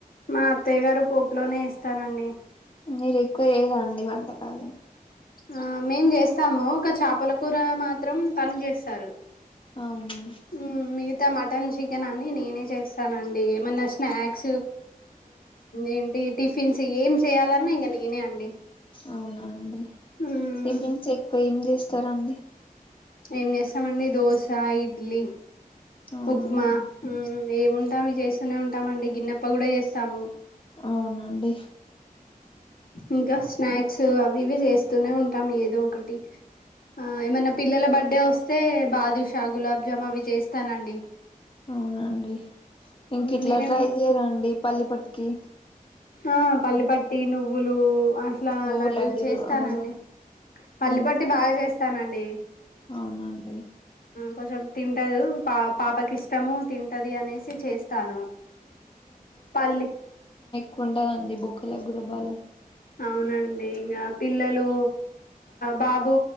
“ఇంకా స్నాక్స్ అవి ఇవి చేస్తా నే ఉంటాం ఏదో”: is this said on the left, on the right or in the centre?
Left